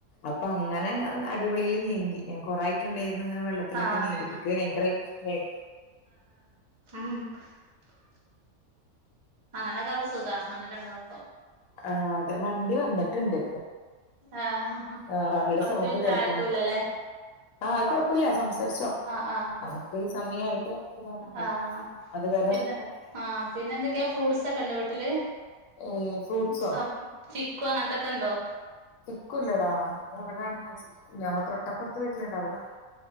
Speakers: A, on the left (about 75°); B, on the right (about 35°).
A: അപ്പോ അങ് അങ്ങനെ അടിപൊളിൽ നീന്തി ഞാൻ കൊറായിട്ട്ണ്ടായിരുന്നിങ്ങനെ വെള്ളത്തിലൊക്കെ
B: ആഹ്
A: നീന്തിട്ട് ഇക് ഭയങ്കരമായിട്ട് ഇഷ്ടായി.
B: ഉഹ് <unintelligible> അങ്ങനൊക്കാകുമ്പോ സുഖാ അന്നൊക്കെണ്ടാകു
A: ആഹ് അതെ വണ്ടി വന്ന് ട്ട്ണ്ട്
B: ആഹ്
A: ആഹ് വണ്ടിടെ
B: പത്ത്
A: സൗണ്ട്
B: മിനിറ്റ്
A: കേൾക്കാണ്ട്.
B: ആയിട്ടുല്ലല്ലേ
A: ആഹ് അഹ് കൊഴപ്പൊല്ല സംസാരിച്ചോ
B: ആഹ് ആഹ്
A: നമുക്ക് സമയായിട്ട് <unintelligible>
B: ആഹ്
A: അത് വരെ
B: പിന്നെ
A: നമുക്ക്
B: ആഹ് പിന്നെന്തൊക്കെയാ ഫ്രൂട്ട്സൊക്കെണ്ടോ വീട്ടില്
A: ഏഹ് ഫ്രൂട്ട്സോ
B: മുസ ചിക്കു അങ്ങനത്തൊക്കെണ്ടോ
A: ചിക്കൂല്ലടാ നമ്മളെവിടെങ്ങനെ ചിക്കുല്ല നമ്മളെ തൊട്ടപ്പൊറത്തെ വീട്ടിലിണ്ട് അവടാണെ